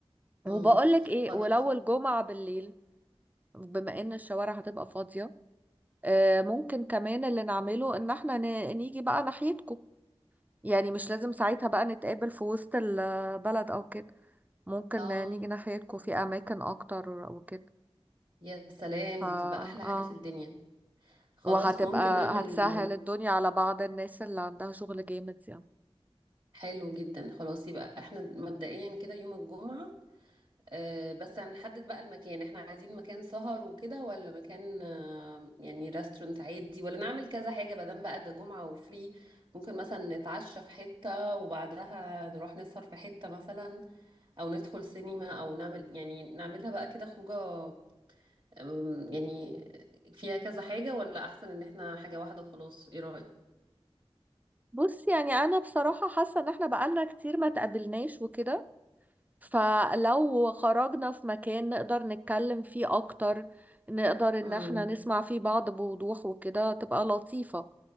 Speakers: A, on the right; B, on the right.
A: امم
B: وبقولك إيه
A: خلاص
B: ولو الجمعة بالليل بما إن الشوارع هتبقى فاضية آه ممكن كمان اللي نعمله إن إحنا ن- نيجي بقى ناحيتكم يعني مش لازم ساعتها بقى نتقابل في وسط البلد أو كده ممكن
A: اه
B: نيجي ناحيتكم في اماكن اكتر وكده
A: يا سلام
B: ف
A: دي تبقى احلى
B: اه
A: حاجة في الدنيا خلاص
B: وهتبقى
A: ممكن نعمل
B: هتسهل الدنيا على بعض الناس اللي عندها شغل جامد يعني
A: حلو جدا خلاص يبقى احنا مبدئيا كده يوم الجمعة آه بس هنحدد بقى المكان احنا عايزين مكان سهر وكده ولا مكان آه يعني ريستورانت عادي ولا نعمل كذا حاجة بدل بقى ده جمعة وفري ممكن مثلا نتعشى في حتة وبعدها نروح نسهر في حتة مثلا او ندخل سينما او نعمل يعني نعملها بقى كده خروجه أم، يعني فيها كذا حاجة ولا احسن ان احنا حاجة واحدة وخلاص ايه رأيك
B: بص يعني انا بصراحة حاسة ان احنا بقالنا كتير ما تقابلناش وكده فلو خرجنا في مكان نقدر نتكلم فيه اكتر نقدر
A: امم
B: ان احنا نسمع فيه بعض بوضوح وكده تبقى لطيفة